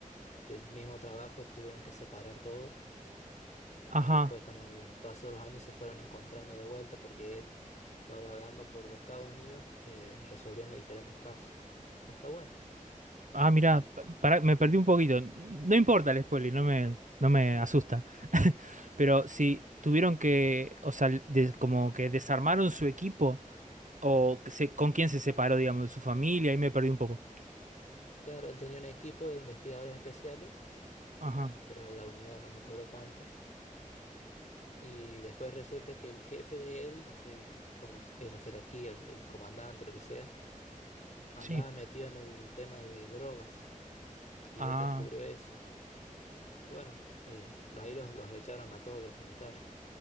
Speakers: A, on the left (about 60°); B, on the right (about 65°).
A: del mismo trabajo tuvieron que separar todo.
B: Ajá.
A: Y después con el paso de los años se fueron encontrando de vuelta porque él va vagando por Estados Unidos eh, resolviendo diferentes casos. Está bueno.
B: Ah, mira, para, me perdí un poquito. No importa el spoiler, no me, no me asusta. <laughs> Pero si tuvieron que, o sea, des- como que desarmaron su equipo, o que se- con quién se separó, digamos, de su familia, ahí me perdí un poco.
A: Claro, él tenía un equipo de investigadores especiales,
B: Ajá,
A: que era la unidad, no me acuerdo cuánto Y después resulta que el jefe de él, no sé, viste, como es la jerarquía, el, el comandante, lo que sea, andaba
B: sí.
A: metido en el tema de drogas. Y
B: Ah,
A: él descubrió eso. Y bueno, eh, ahí los, los echaron a todos los militares.